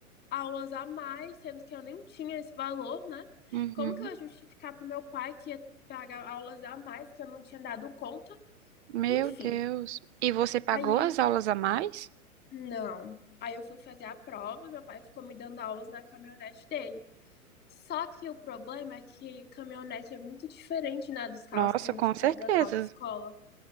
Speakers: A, on the left; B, on the right.
A: aulas a mais, sendo que eu nem tinha esse valor, né?
B: Uhum.
A: Como que eu ia justificar pro meu pai que ia pagar aulas a mais que eu não tinha dado conta?
B: Meu
A: Enfim.
B: Deus. E você pagou
A: Aí,
B: as aulas a mais?
A: não. Aí eu fui fazer a prova, meu pai ficou me dando aulas na caminhonete dele. Só que o problema é que caminhonete é muito diferente, né, dos carros
B: Nossa,
A: que a gente
B: com certeza.
A: pega na autoescola.